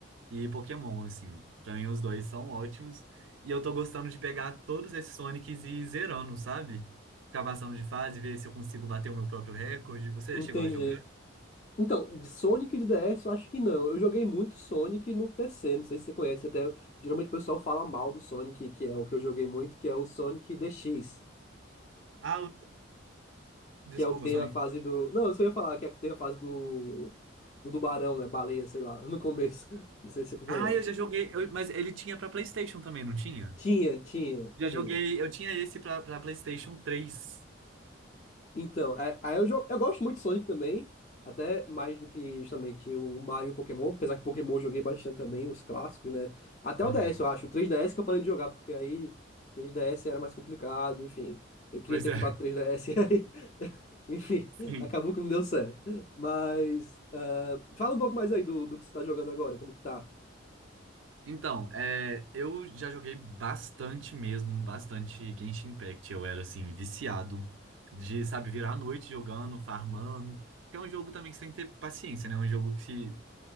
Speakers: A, on the right (about 75°); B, on the left (about 35°).
A: e Pokémon, assim. Pra mim os dois são ótimos. E eu tô gostando de pegar todos esses Sonics e ir zerando, sabe? Ficar passando de fase, ver se eu consigo bater o meu próprio recorde. Você
B: Entendi.
A: já chegou a jogar?
B: Então, de Sonic de DS eu acho que não. Eu joguei muito Sonic no PC, não sei se você conhece, até geralmente o pessoal fala mal do Sonic, que é o que eu joguei muito, que é o Sonic DX,
A: Ah, o- desculpa,
B: que é o que tem
A: Sonic.
B: a fase do. Não, eu só ia falar que é a que tem a fase do. Do tubarão, né? Baleia, sei lá, no começo. <laughs> Não sei se você conhece.
A: Ah, eu já joguei, eu- mas ele tinha pra PlayStation também, não tinha?
B: Tinha, tinha,
A: Já
B: tinha.
A: joguei, eu tinha esse pra, pra PlayStation três
B: Então, é, aí eu, jo- eu gosto muito de Sonic também, até mais do que justamente o Mario e o Pokémon, apesar que Pokémon eu joguei bastante também, os clássicos, né? Até
A: Aham.
B: o DS, eu acho, o 3DS que eu parei de jogar, porque aí 3DS era mais complicado, enfim. Eu queria
A: Pois
B: ter comprado
A: é.
B: três
A: <laughs>
B: ds e <laughs> aí, enfim,
A: sim.
B: acabou que não deu certo. Mas, ah, fala um pouco mais aí do, do que você tá jogando agora, como que tá?
A: Então, é, eu já joguei bastante mesmo, bastante Genshin Impact. Eu era, assim, viciado de, sabe, virar a noite jogando, farmando. Porque é um jogo também que você tem que ter paciência, né? É um jogo que, se